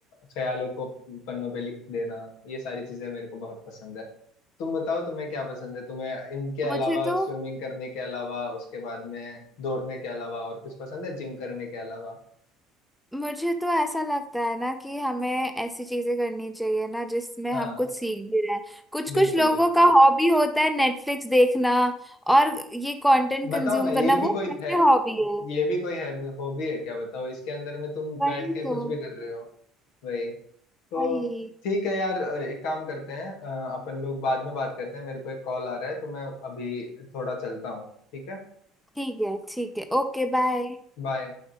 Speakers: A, on the left; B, in the centre.
A: ख्यालों को पन्नों पे लिख देना ये सारी चीजें मेरे को बहुत पसंद है तुम बताओ तुम्हें क्या पसंद है तुम्हें इनके अलावा
B: मुझे तो
A: स्विमिंग करने के अलावा उसके बाद में दौड़ने के अलावा और कुछ पसंद है जिम करने के अलावा
B: मुझे तो ऐसा लगता है ना कि हमें ऐसी चीजें करनी चाहिए ना जिसमें
A: हाँ
B: हम कुछ सीख भी रहे हैं कुछ
A: बिल्कुल
B: कुछ लोगों
A: बिल्कुल
B: का हॉबी होता है नेटफ्लिक्स देखना और ये कंटेंट
A: बताओ
B: कंज्यूम
A: ना ये
B: करना
A: भी
B: वो
A: कोई
B: कैसे
A: है
B: हॉबी है
A: ये भी कोई है हॉबी है क्या बताओ इसके अंदर में तुम
B: वही
A: बैठ के
B: तो
A: कुछ भी कर रहे हो वही तो
B: वही
A: ठीक है यार अ, एक काम करते हैं अ, अपन लोग बाद में बात करते हैं मेरे को एक कॉल आ रहा है तो मैं अभी थोड़ा चलता हूँ ठीक है
B: ठीक है ठीक है ओके बाय
A: बाय